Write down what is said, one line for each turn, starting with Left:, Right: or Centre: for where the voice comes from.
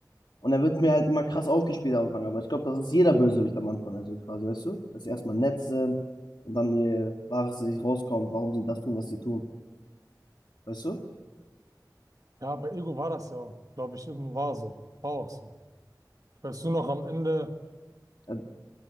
Left: Und dann wird mir halt immer krass aufgespielt am Anfang. Aber ich glaube, das ist jeder Bösewicht am Anfang. Also quasi, weißt du? Dass sie erstmal nett sind und dann ihr wahres Gesicht rauskommt, warum sie das tun, was sie tun. Weißt du?
Right: Ja, bei Ego war das ja auch, glaube ich, eben war so. War auch so. Weißt du noch am Ende,
Left: Ja,